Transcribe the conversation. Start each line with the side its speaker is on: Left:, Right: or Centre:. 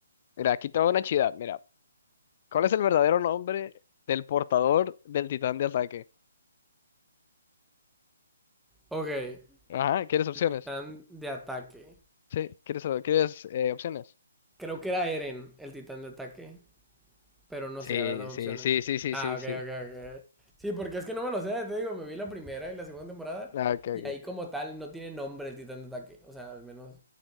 Left: Mira, aquí te va una chida. Mira, ¿cuál es el verdadero nombre del portador del titán de ataque?
Centre: Ok, el
Left: Ajá, ¿quieres opciones?
Centre: titán de ataque.
Left: Sí, ¿quieres, quieres eh, opciones?
Centre: Creo que era Eren, el titán de ataque. Pero no
Left: Sí,
Centre: sé, a ver, dame
Left: sí,
Centre: opciones.
Left: sí, sí, sí,
Centre: Ah,
Left: sí,
Centre: ok,
Left: sí.
Centre: ok, ok. Sí, porque es que no me lo sé, te digo, me vi la primera y la segunda temporada.
Left: Ah, ok, ok.
Centre: Y ahí como tal no tiene nombre el titán de ataque. O sea, al menos